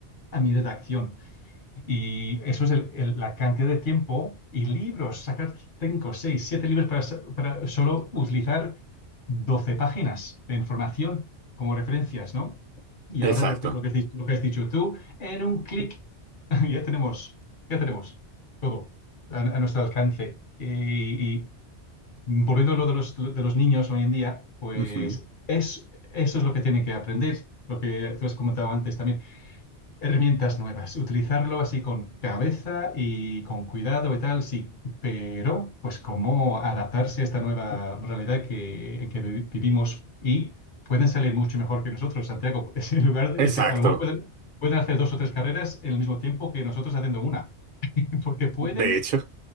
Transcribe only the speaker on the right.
Exacto.
Ujú,
Exacto.
De hecho.